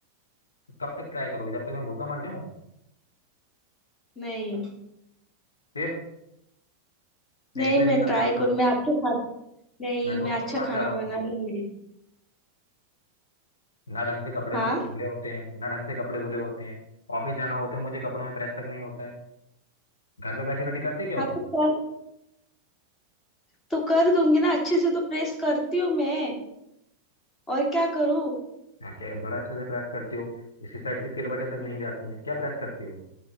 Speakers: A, on the left; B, on the left.
A: तो कब तक ट्राई करोगे जब तक मैं भूखा मर जाऊं
B: नहीं
A: फिर मैं
B: नहीं
A: इसलिए नहीं
B: मैं ट्राई
A: आ रहा अपने
B: करूँ
A: दोस्तों
B: मैं
A: के
B: अच्छा खा नहीं
A: मैं दोस्तों
B: मैं अच्छा
A: के पास
B: खाना
A: जा रहा
B: बना
A: हूँ अपने
B: लूंगी
A: ना ढंग से कपड़े
B: हाँ
A: सु- धुले होते हैं ना ढंग से कपड़े धुले होते हैं ऑफिस जाना होता है मुझे कपड़ों में प्रेस तक नहीं होता है घर पे बैठे बैठे करते क्या हो
B: हाँ तो
A: तुम
B: कर तो कर दूंगी ना अच्छे से तो प्रेस करती हूँ मैं और क्या करूँ
A: हाँ, क्या बड़ा अच्छे से प्रेस करती हो इसकी शर्ट की सिलवटें तक
B: हम्म,
A: नहीं जाती हैं क्या प्रेस करती हो